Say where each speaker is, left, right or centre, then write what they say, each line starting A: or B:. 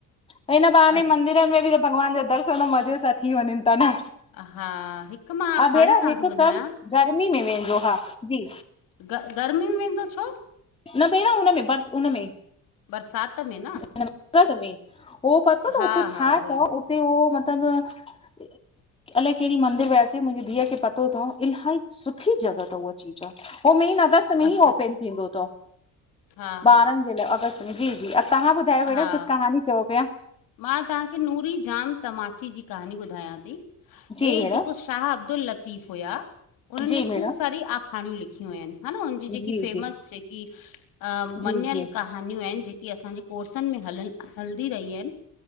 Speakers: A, on the left (about 15°); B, on the left (about 80°).
A: त हिन बाहाने
B: अच्छा
A: मंदिरन में बित भॻवान जा दर्शन मज़े सां थी वञनि था न?
B: हा हिकु मां
A: हा,
B: हाणे
A: भेणा
B: तव्हांखे
A: हिकु
B: ॿुधायां
A: कम गर्मी में वेदो हा जी।
B: ग गर्मी में वेंदो छो?
A: न बेण हुनमें बर्स हुनमेंही----हुन
B: बरसाति में न
A: मे <unintelligible> में हो पतो त
B: हा
A: हुते
B: हा
A: छा
B: उहो ई
A: चओ उते होह मतलबु <unintelligible> इलाही कहिड़ी मंदिर वयासे मुंहिंजी धीउ खे पतो अथव इलाही सुठी जॻह अथव उहा जीजा। ओ मैन अगस्त। अगस्त मैं
B: अच्छा
A: ही ओपन
B: अच्छा
A: थींदो अथव,
B: हा हा
A: ॿारन जे लाई। अगस्त मै जी, जी तव्हा बूद चओ बेण
B: हा
A: कुछ कहानी चओ पया।
B: मां तव्हांखे नूरी जाम तमाची जी कहानी ॿुधायां थी।
A: जी
B: हे
A: भेण
B: जेको शाह अब्दुल लतीफ हुआ। उन्हनि
A: जी भेण
B: खूब सारी आखाणियू लिखियू आहिनि। हा। न हुनजी जेकी
A: जी
B: फेमस
A: जी
B: जेकी अ
A: जी
B: मञल
A: जी
B: का कहानियूं आहिनि। जेकी असाजे कोर्सनि में हलनि, हलंदी रहीयू आहिनि।